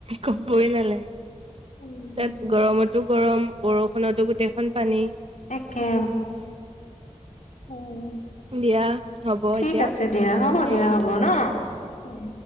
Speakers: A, on the right; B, on the left.
A: কবই নালাগে
B: উম,
A: তাত গৰমত টো গৰম বৰষুণতো গোটেইখন পানী
B: একে উম
A: দিয়া হ'ব
B: ঠিক
A: এতিয়া।
B: আছে দিয়া হ'ব দিয়া
A: উম
B: হ'ব ন হয়